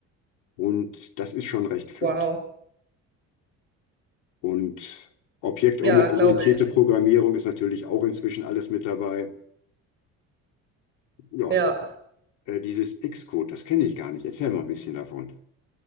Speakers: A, on the left; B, on the right.
A: und das ist schon recht flott.
B: wow.
A: Und objektorientierte
B: Ja, glaube ich.
A: Programmierung ist natürlich auch inzwischen alles mit dabei. Ja,
B: Ja.
A: äh, dieses Xcode, das kenne ich gar nicht. Erzähl mal ein bisschen davon.